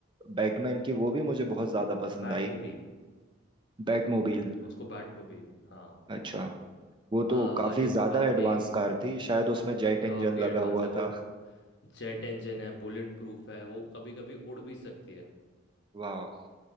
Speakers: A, on the right (about 25°); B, on the left (about 55°).
A: बैटमैन की वो भी मुझे बहुत ज्यादा पसंद
B: बैटमोबील
A: आई बैटमोबिल
B: उसको बैट को भी हाँ
A: अच्छा वो
B: हाँ
A: तो काफी
B: अरे वो
A: ज्यादा
B: काफी
A: एडवांस कार थी शायद उसमें जेट
B: काफी
A: इंजन
B: एडवांस
A: लगा हुआ
B: है वो
A: था
B: जेट इंजन है बुलेट प्रूफ है वो कभी कभी उड़ भी सकती है
A: वाह